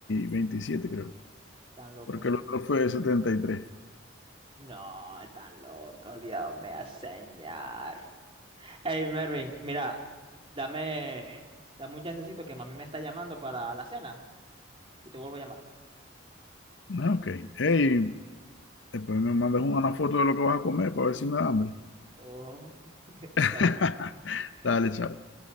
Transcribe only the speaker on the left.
27 creo.
Porque el otro fue setenta y tres
Ah, ok. Hey, después me mandas una foto de lo que vas a comer para ver si me da hambre.
<laughs>
Dale, chao.